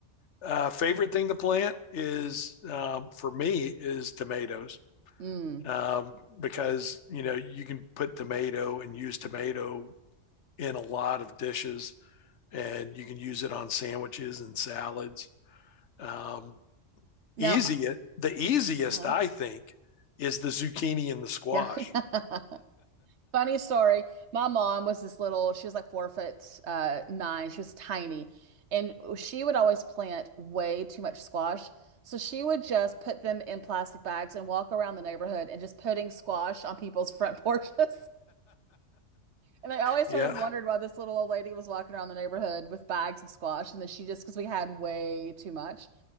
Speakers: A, on the left; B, on the right.
A: Uh, favorite thing to plant is um, for me is tomatoes
B: Mm.
A: um, because you know you can put tomato and use tomato in a lot of dishes and you can use it on sandwiches and salads. Um,
B: Now,
A: easy the easiest
B: uh-huh.
A: I think is the zucchini and the squash.
B: Yeah. <laughs> Funny story. My mom was this little, she was like four foot uh nine. She was tiny. And she would always plant way too much squash. So she would just put them in plastic bags and walk around the neighborhood and just putting squash on people's front porches. <laughs> And I always
A: <laughs> yeah,
B: sort of wondered why this little old lady was walking around the neighborhood with bags of squash. And then she just, because we had way too much.